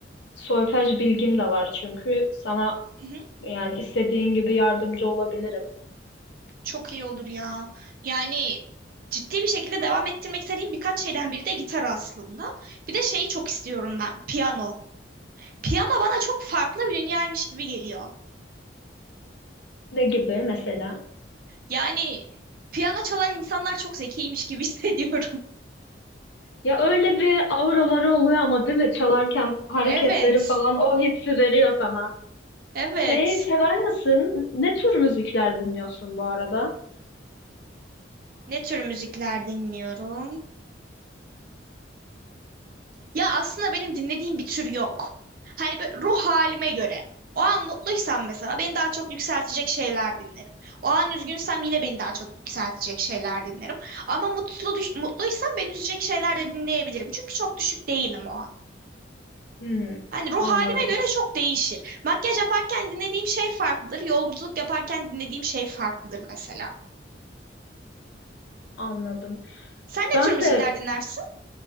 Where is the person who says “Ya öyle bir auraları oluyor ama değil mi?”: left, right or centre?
Left